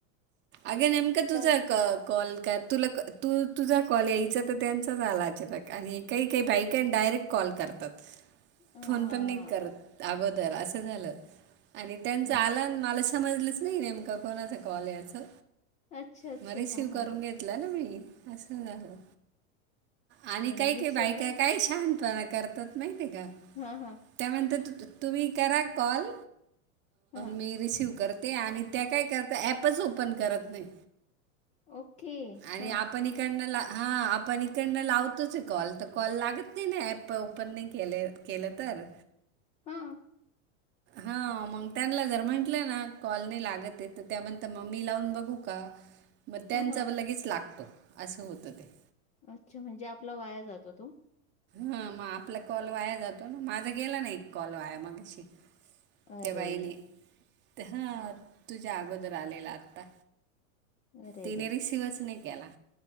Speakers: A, on the right; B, on the left.
A: अगं नेमका तुझा
B: काल
A: कॉ- कॉल कट तुला क तू तुझा कॉल यायचा, तर त्यांचाच आला अचानक आणि काही ती बाई कान डायरेक्ट कॉल करतात.
B: हा
A: फोन पण नाही करत अगोदर असं झालं आणि त्यांचा
B: अच्छा
A: आला मला समजलंच नही नेमका कोणाचा कॉल हे असं.
B: अच्छा अच्छा
A: मग रिसिव्ह
B: हा
A: करून
B: हा
A: घेतला ना मी. असं झालं आणि
B: नाही
A: काही-
B: नाही
A: काही
B: इट्स
A: बाई
B: ओके
A: पणा करतात माहितीय का?
B: हं- हं.
A: त्या म्हणतात. तु तुम्ही करा कॉल,
B: हा
A: मी रिसीव कर त्यां कायं करतां ॲपच ओपन करतं नाहीं
B: ओके
A: आणि
B: हा
A: आपणं हां आपणं इकडं लावतोचं हे कॉल कॉल लागतं नाहीं नां ऍप ओपन नाहीं केले केलं तरं
B: हां आं
A: हां मंग त्यांना जरं म्हंटलं नां कॉल नाहीं लागतं हे त्यां म्हणतां मी लावूंन बघूं कां मंग त्यांचा
B: ह ह
A: लगेचं लागतो असं होतं ते
B: अच्छा म्हणजे आपलां वायां जातो तो
A: हां मंग आपलां कॉल वायां जातो नां माझां गेलां नां एक कॉल वायां मगांशी
B: अरे
A: त्यां बाईने ते हं तुझ्यां अगोदर आलेला आंता
B: अरे
A: तिने
B: द्या
A: रिसिवचं नाहीं केलां